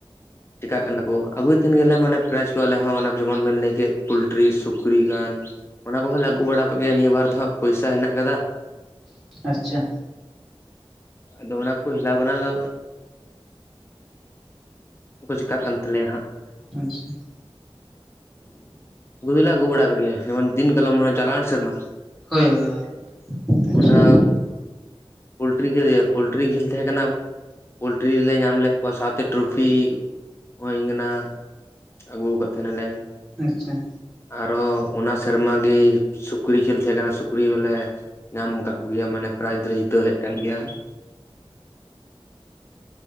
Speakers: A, on the left (about 25°); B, in the centre.
A: ᱪᱤᱠᱟᱹᱜ ᱠᱟᱱᱟ ᱠᱚ ᱟᱹᱜᱩᱭᱮᱫ ᱛᱟᱦᱮᱱ ᱜᱮᱭᱟᱞᱮ ᱢᱟᱱᱮ ᱯᱨᱟᱭᱤᱡ ᱠᱚ ᱟᱞᱮ ᱦᱚᱸ, ᱚᱱᱮ ᱡᱮᱢᱚᱱ ᱵᱮᱱ ᱞᱟᱹᱭ ᱠᱮᱫ ᱯᱳᱞᱴᱨᱤ ᱥᱩᱠᱨᱤ ᱜᱟᱱ ᱚᱱᱟ ᱠᱚᱦᱚᱸ ᱞᱮ ᱟᱹᱜᱩ ᱵᱟᱲᱟ ᱟᱠᱟᱜ ᱜᱮᱭᱟ ᱱᱤᱭᱟᱹ ᱵᱟᱨ ᱫᱚ ᱦᱟᱜ ᱯᱚᱭᱥᱟ ᱦᱮᱱᱟᱜ ᱟᱠᱟᱫᱟ ᱾ <inaudible>
B: ᱟᱪᱪᱷᱟ
A: ᱟᱫᱚ ᱚᱱᱟ ᱠᱚ ᱦᱮᱞᱟᱣ ᱠᱟᱱᱟ ᱟᱫᱚ ᱩᱱ ᱠᱚ ᱪᱮᱠᱟᱹᱜ ᱠᱟᱱ ᱛᱟᱞᱮᱭᱟ ᱦᱟᱸᱜ ᱾
B: ᱟᱪᱪᱷᱟ ᱾
A: ᱟᱹᱜᱩ ᱫᱚᱞᱮ ᱟᱹᱜᱩ ᱵᱟᱲᱟ ᱟᱠᱟᱜ ᱜᱮᱭᱟ ᱡᱮᱢᱚᱱ ᱫᱤᱱ ᱠᱟᱞᱚᱢ ᱪᱟᱞᱟᱣᱮᱱ ᱥᱮᱨᱢᱟ
B: ᱦᱳᱭ ᱦᱳᱭ
A: ᱾
B: ᱦᱳᱭ
A: <inaudible>
B: ᱟᱪᱪᱷᱟ
A: ᱚᱱᱟ ᱯᱳᱞᱴᱨᱤ ᱠᱷᱮᱞ ᱭᱟ ᱯᱳᱞᱴᱨᱤ ᱠᱷᱮᱞ ᱛᱟᱦᱮᱸ ᱠᱟᱱᱟ ᱾ ᱯᱳᱞᱴᱨᱤ ᱞᱮ ᱧᱟᱢ ᱞᱮᱫ ᱠᱚᱣᱟ ᱥᱟᱶᱛᱮ ᱴᱨᱚᱯᱷᱤ ᱦᱩᱭ ᱠᱟᱱᱟ ᱾ ᱟᱹᱜᱩ ᱟᱠᱟᱫ ᱛᱟᱦᱮᱱ ᱟᱞᱮ ᱾
B: ᱟᱪᱪᱷᱟ ᱾
A: ᱟᱨᱦᱚᱸ ᱚᱱᱟ ᱥᱮᱨᱢᱟ ᱜᱮ ᱥᱩᱠᱨᱤ ᱠᱷᱮᱞ ᱛᱟᱦᱮᱸ ᱠᱟᱱᱟ ᱥᱩᱠᱨᱤ ᱦᱚᱞᱮ ᱧᱟᱢ ᱟᱠᱟᱢ ᱠᱚᱜᱮᱭᱟᱢ ᱢᱟᱱᱮ ᱯᱨᱟᱭᱤᱡ ᱫᱚᱞᱮ ᱡᱤᱛᱟᱹᱣ ᱦᱮᱡ ᱠᱟᱱ ᱜᱮᱭᱟ ᱾